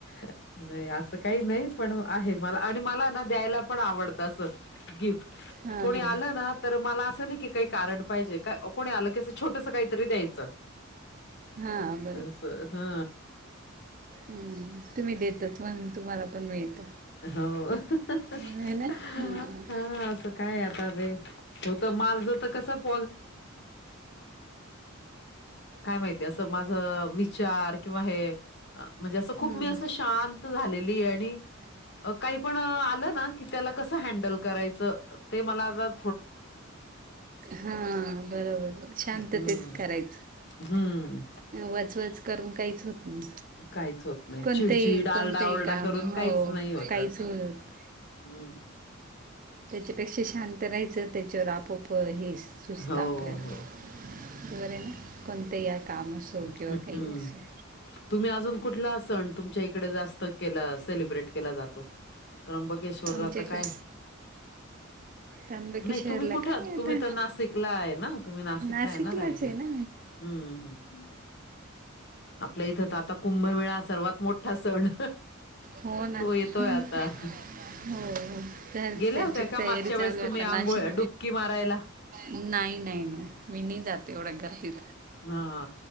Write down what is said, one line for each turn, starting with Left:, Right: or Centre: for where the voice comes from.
Left: अ असं काही नाही पण आहे. मला आणि मला ना द्यायला पण आवडत अस गिफ्ट
Right: हां
Left: कोणी
Right: हां
Left: आलं ना. तर मला असं नाही की काही कारण पाहिजे का कोणा? छोटस काहीतरी द्यायचं
Right: हां
Left: अस हा.
Right: हम्म तुम्ही देतात म्हणून तुम्हाला पण मिळतं.
Left: हो <unintelligible>
Right: आहे ना
Left: हा
Right: हां
Left: असं काय आता ते होत माल. किवंग माहिती <unintelligible> विचार किंवा हे म्हणजे असं खूप
Right: म्हणजे
Left: मी
Right: हम्म.
Left: असं शांत झालेली आहे आणि काही पण आलं ना की त्याला कस हँडल करायचं ते मला भग
Right: हा बरोबर शांत
Left: हम्म
Right: तेच करायचं.
Left: हम्म.
Right: वचवच करून काहीच होत नाही.
Left: काहीच होत नाही
Right: कोणतंही
Left: चिडचिड आलडा
Right: कोणतंही
Left: ओरडा
Right: काम
Left: करून
Right: हो
Left: काहीच नाही होत
Right: काहीच
Left: असं.
Right: होत
Left: हम्म.
Right: त्याच्यापेक्षा शांत राहायचं त्याच्यावर आपोप हे सुचत
Left: हो
Right: आपल्याला
Left: हो
Right: वरे ना कोणतंही या काम असो
Left: हम्म.
Right: किंवा काही असो.
Left: तुम्ही अजून कुठला सण तुमच्या इकडे जास्त केला सेलिब्रेट केला जातो. त्र्यंबकेश्वर
Right: आमच्याकडे
Left: राहत काय
Right: त्र्यंबकी
Left: नाही
Right: शहरला
Left: तुम्ही कुठ?
Right: काय आता
Left: तुम्ही तर नाशिकला आहे ना, तुम्ही नाशिकला
Right: नाशिकलाच
Left: आहे ना राहायला
Right: आहे ना
Left: हम्म. आपल्या इथं तर आता कुंभमेळा सर्वात मोठा सण
Right: हो ना
Left: तो येत.
Right: हां
Left: होय आता..
Right: हो हो चाल
Left: गेल्या
Right: त्याची
Left: होता का
Right: तयारी
Left: मागच्या वेळेस
Right: चालू आहे आता
Left: अंगुळ
Right: नाशिक
Left: डुबकी मारायला?
Right: नाही नाही नाही मी नाही जाते एवढ्या गर्दीत.
Left: हा.